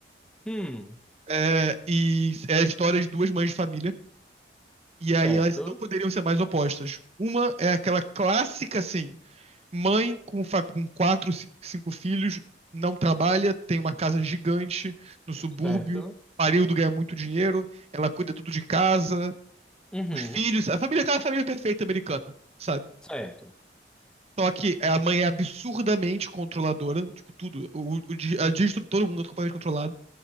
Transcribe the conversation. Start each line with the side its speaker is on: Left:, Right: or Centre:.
Centre: Hum,
Right: É, e é a história de duas mães de família. E aí
Centre: certo.
Right: elas não poderiam ser mais opostas. Uma é aquela clássica, assim, mãe com, fa- com quatro, ci- cinco filhos, não trabalha, tem uma casa gigante no subúrbio,
Centre: Certo.
Right: pariu do ganhar muito dinheiro, ela cuida tudo de casa,
Centre: Uhum,
Right: Os filhos, a família, aquela família perfeita americana, sabe?
Centre: certo.
Right: Só que é, a mãe é absurdamente controladora, tipo, tudo. O, o, di- a distro, todo mundo é completamente controlado.